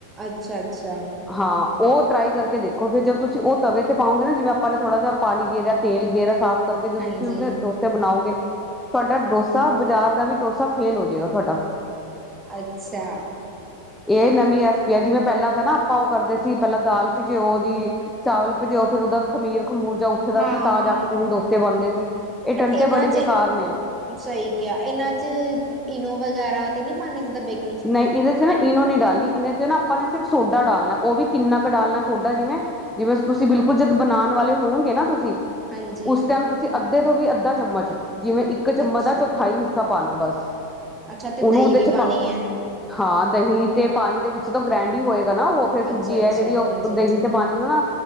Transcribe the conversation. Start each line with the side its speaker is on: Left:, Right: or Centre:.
Right: ਅੱਛਾ-ਅੱਛਾ।
Centre: ਹਾਂ ਉਹ ਟਰਾਈ ਕਰਕੇ ਦੇਖੋ ਫਿਰ‌ ਜਦ ਤੁਸੀਂ ਉਹ ਤਵੇ ਤੇ ਪਾਓਗੇ ਨਾ ਜਿਵੇਂ ਆਪਾਂ ਨੇ ਥੋੜਾ ਜਿਹਾ ਪਾਣੀ ਗੇਰ ਤੇਲ ਗੇਰਾ ਸਾਫ਼ ਕਰਕੇ ਜਦੋਂ
Right: ਹਾਂਜੀ
Centre: ਤੁਸੀਂ ਉਹਦੇ ਡੋਸੇ ਬਣਾਓਗੇ ਤੁਹਾਡਾ ਡੋਸਾ ਬਾਜ਼ਾਰ ਦਾ ਵੀ ਡੋਸਾ ਫੇਲ ਹੋਜੇਗਾ ਤੁਹਾਡਾ।
Right: ਅੱਛਾ।
Centre: ਇਹ ਨਵੀਂ ਰੈਸਪੀ ਆ ਜਿਵੇਂ ਪਹਿਲਾਂ ਤਾਂ ਨਾ ਆਪਾਂ ਉਹ ਕਰਦੇ ਸੀ ਪਹਿਲਾਂ ਦਾਲ ਭਿਜਿਓ ਜੀ। ਚਾਵਲ ਭਿਜਾਓ ਫਿਰ ਉਹਦਾ ਖਮੀਰ-ਖਮੂਰ ਜਾਂ ਉੱਠਦਾ
Right: ਹਾਂ
Centre: ਸੀ ਤਾਂ
Right: ਹਾਂ
Centre: ਜਾ ਕੇ ਸਹੀ ਡੋਸੇ ਬਣਦੇ ਸੀ ਇਹ ਟੰਟੇ
Right: ਬਟ ਇਹਨਾਂ
Centre: ਬੜੇ
Right: ਚ
Centre: ਬੇਕਾਰ ਨੇ-
Right: ਸਹੀ ਕਿਹਾ ਇਹਨਾਂ ਚ ਇਨੋ ਵਗੈਰਾ ਤੇ ਨੀ ਪਾਣੀ ਜਿੱਦਾਂ ਬੇਕਿੰ
Centre: ਨਹੀਂ ਇਹਦੇ ਚ ਨਾ ਇਨੋ ਨਹੀਂ ਡਾਲਣੀ ਇਦੇ ਚ ਨਾ ਆਪਾਂ ਨੇ ਸਿਰਫ ਸੋਡਾ ਡਾਲਣਾ ਉਹ ਵੀ ਕਿੰਨਾ ਕੁ ਡਾਲਣਾ ਸੋਡਾ ਜਿਵੇਂ ਜਿਵੇਂ ਤੁਸੀਂ ਬਿਲਕੁੱਲ ਜਦ ਬਣਾਣ ਵਾਲੇ ਹੋਗੇ ਨਾ ਤੁਸੀਂ
Right: ਹਾਂਜੀ
Centre: ਉਸ ਟਾਈਮ ਤੁਸੀਂ ਅੱਧੇ ਤੋਂ ਵੀ ਅੱਧਾ ਚਮਚ ਜਿਵੇਂ ਇੱਕ ਚਮ
Right: ਅੱਛਾ
Centre: ਦਾ ਚੌਥਾਈ ਹਿ ਸਾ ਪਾਣਾ ਬਸ
Right: ਅੱਛਾ ਤੇ
Centre: ਉਹਨੂੰ
Right: ਦਹੀਂ
Centre: ਉਹਦੇ
Right: ਵੀ
Centre: ਚ
Right: ਪਾਣੀ
Centre: ਪਾ
Right: ਹੈ
Centre: ਹਾਂ ਦਹੀਂ ਤੇ ਪਾਣੀ ਦੇ ਵਿੱਚ ਤਾਂ ਗ੍ਰੈਂਡ ਹੀ ਹੋਏਗਾ ਨਾ ਉਹ ਫੇਰ
Right: ਅੱਛਾ
Centre: ਸੂਜੀ
Right: ਅੱਛਾ
Centre: ਹੈ ਜਿਹੜੀ ਉਹ
Right: ਹਾਂਜੀ
Centre: ਦਹੀਂ
Right: ਹਾਂਜੀ
Centre: ਤੇ ਪਾਣੀ ਨੂੰ ਨਾ